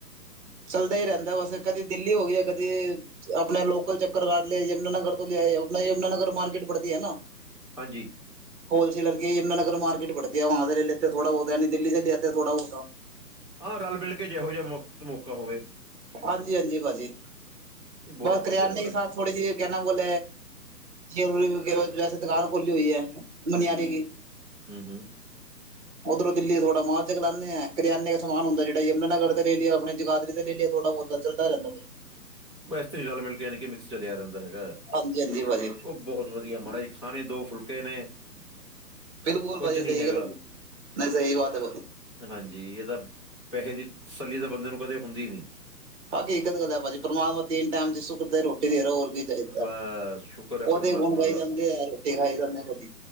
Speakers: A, on the right (about 45°); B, on the left (about 20°).
A: ਚੱਲਦਾ ਈ ਰੈਂਦਾ ਬਸ ਕਦੀ ਦਿੱਲੀ ਹੋ ਗਿਆ ਕਦੀ ਅਪਣੇ ਲੋਕਲ ਚੱਕਰ ਕਾਟ ਲਏ, ਯਮੁਨਾਨਗਰ ਤੋਂ ਲਿਆਏ ਅਪਣੇ ਯਮੁਨਾਨਗਰ ਮਾਰਕੀਟ ਪੜਤੀ ਐਨਾ।
B: ਹਾਂਜੀ।
A: ਹੋਲਸੇਲਰ ਕੀ ਯਮੁਨਾਗਰ ਮਾਰਕੀਟ ਪੜਤੀ ਐ ਵਾਹਾ ਸੇ ਲੈ ਲੇਤੇ ਐ ਥੋੜਾ ਬੋਤਾ ਨਈ ਦਿਲੀ ਸੇ ਲੈ ਆਤੇ ਐ ਥੋੜਾ ਬੋਤਾ।
B: ਆਂ ਰਲ-ਮਿਲ ਕੇ ਜਿਹੋ ਜਾ ਵਕਤ ਮੌਕਾ ਹੋਵੇ।
A: ਹਾਂਜੀ-ਹਾਂਜੀ ਭਾਜੀ
B: ਨਹੀਂ ਬਹੁਤ
A: ਬਸ ਕਰਿਆਨੇ
B: ਵਧੀਆ ਮਹਾਰਾਜ
A: ਕੀ ਸਾਥ ਥੋੜੀ ਜੀ ਕੇ ਐਨਾ ਕੋਲ ਜਯੁਲਰੀ <unintelligible> ਵੈਸੇ ਦੁਕਾਨ ਖੁੱਲੀ ਹੋਈ ਐ। ਮੰਨਿਆਰੀ
B: ਹਾਂਜੀ
A: ਕੀ।
B: ਹੂੰ ਹੂੰ
A: ਓਦਰੋਂ ਦਿੱਲੀ ਥੋੜਾ ਮਾਲ ਚਗਲਾਨੇ ਐ, ਕਰਿਆਨੇ ਦਾ ਸਮਾਨ ਹੁੰਦਾ ਜੇੜਾ ਯਮੁਨਾਨਗਰ ਤੇ ਲੈ ਲੀਆ ਅਪਣੇ ਜਗਾ ਦਰੀ ਤੇ ਲੇ ਲਿਆ ਥੋੜਾ ਬੋਤਾ ਚੱਲਦਾ ਰੈਂਦਾ
B: ਬਸ ਐਸ ਤਰੀ ਰਲ-ਮਿਲ ਕੇ ਯਾਨੀ ਕਿ ਮਿਕਸ ਚਲਿਆ ਰੈਂਦਾ ਹੈਗਾ
A: ਹਾਂਜੀ-ਹਾਂਜੀ ਭਾਜੀ
B: ਓ ਬੋਹਤ ਵਦੀਆ ਮਾੜਾ ਈ ਖਾਣੇ ਦੋ ਫੁਲਕੇ ਨੇ
A: ਬਿਲਕੁਲ
B: ਕੁਝ
A: ਭਾਜੀ
B: ਨਹੀਂ
A: ਸਈ
B: ਹੈਗਾ
A: ਗੱਲ ਐਗੀ ਮੈਂ ਸਈ ਬਾਤ ਐ
B: ਹਾਂਜੀ ਐ ਤਾਂ ਪੈਹੇ ਦੀ ਤਸੱਲੀ ਤਾਂ ਬੰਦੇ ਨੂੰ ਕਦੇ ਹੁੰਦੀ ਨਈ
A: ਹਕੀਕਤ ਗੱਲ ਐ ਭਾਜੀ ਪਰਮਾਤਮਾ ਤੀਨ ਟੈਮ ਦੀ ਸੁੱਖ ਦੇ ਰੋਟੀ ਦੇ ਰੈ ਹੋਰ ਕੀ ਦੇਖਦੈ
B: ਬਸ ਸ਼ੁਕਰ ਹੈ
A: ਓਦੇ
B: ਪਰਮਾਤਮਾ
A: ਗੁਣ ਗਾਈ
B: ਦਾ
A: ਜਾਂਦੇ ਆ ਰੋਟੀ ਖਾਈ ਜਾਂਦੇ ਭਾਜੀ।